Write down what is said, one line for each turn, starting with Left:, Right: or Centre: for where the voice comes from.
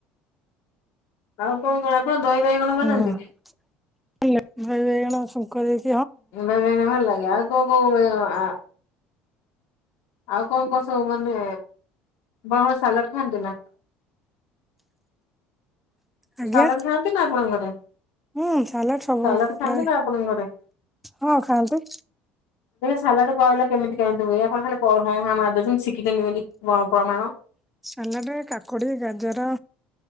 Left: ଆଉ କଣ କଣ ଆପଣ ଦହି ବାଇଗଣ ବନାନ୍ତି?
Centre: ହଁ ହହିବାଇଗଣ ସଙ୍କଲ୍ ଦେଇ
Left: ଦହି ବାଇଗଣ ଭଲ ଲାଗେ ଆଉ କୋଉ କୋଉ ଆ ଆଉ କଣ କଣ ସବୁ ମାନେ ବୋହ ସାଲାଡ୍ ଖାଆନ୍ତି ନା।
Centre: ଆଜ୍ଞା
Left: ସାଲାଡ୍ ଖାଆନ୍ତି ନା ଆପଣଙ୍କ ଘରେ।
Centre: ହୁଁ ସାଲାଡ୍ ସବୁ
Left: ସାଲାଡ ଖାଆନ୍ତି
Centre: ପ୍ରାୟେ
Left: ନା ଆପଣଙ୍କ ଘରେ?
Centre: ହଁ ଖାଆନ୍ତି।
Left: ସାଲାଡ୍ କହିଲେ କେମିତି କେମିତି ହୁଏ ଆପଣ ଖାଲି ହଁ ହାଁ ମାଦୋଉଚନ୍ତି ଶିଖିଛନ୍ତିି ବୋଲି ପ୍ରମାଣ।
Centre: ସାଲାଡ୍ ରେ କାକୁଡି, ଗାଜର